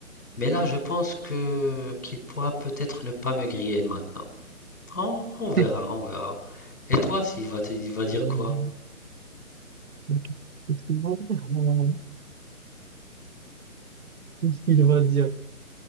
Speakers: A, on the left (about 70°); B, on the right (about 75°).
A: Mais là, je pense que qu'il pourra peut-être ne pas me griller maintenant. On, on verra,
B: <laughs>
A: on verra. Et toi, s'il va te, il va dire
B: Euh,
A: quoi?
B: ok. Qu'est-ce qu'il va dire? euh, Qu'est-ce qu'il va dire?